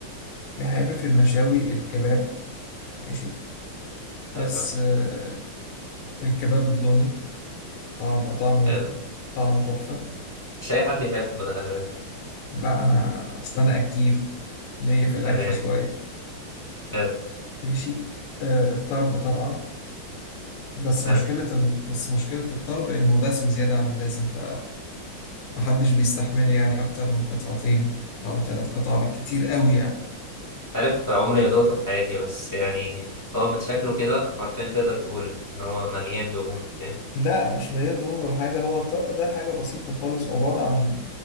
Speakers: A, on the left; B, on the left.
A: بحب في المشاوي الكباب ماشي بس
B: ايوه
A: آه، الكباب الضاني طبعا بيبقى طعمه
B: حلو
A: طعمه تحفة
B: مش اي حد يحبه ده خلي بالك
A: لا أنا أصل أنا أكيل ليا في الأكل
B: عارف
A: شوية
B: عارف
A: ماشي آه، الطرب طبعا بس مشكلة
B: عارف
A: بس مشكلة الطرب إنه دسم زيادة عن اللازم ف محدش بيستحمله يعني أكتر من قطعتين أو ثلاث قطع بالكتير قوي يعني
B: عارف عمري ما دوقته في حياتي بس يعني هو من شكله كده حرفيا تقدر تقول ان هو مليان دهون فاهم
A: لا مش مليان دهون ولا حاجة هو الطرب ده حاجة بسيطة خالص عبارة عن